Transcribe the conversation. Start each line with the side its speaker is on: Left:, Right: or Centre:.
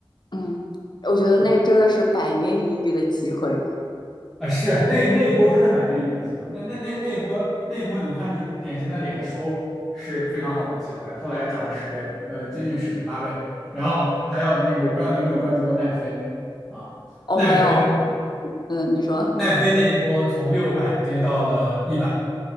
Left: 嗯，我觉得那真的是百年一遇的机会。
Centre: 啊，是那那一波真的百年一遇的机会，那那那那一波那一波，你看就是典型的脸书是非常好的机会，后来涨了十倍，呃，接近十倍，八倍。然后还有那个，我不知道你有没有关注过奈飞啊？
Left: 哦，
Centre: 奈飞
Left: 没有，嗯，你说，
Centre: 奈飞那一波从六百跌到了一百，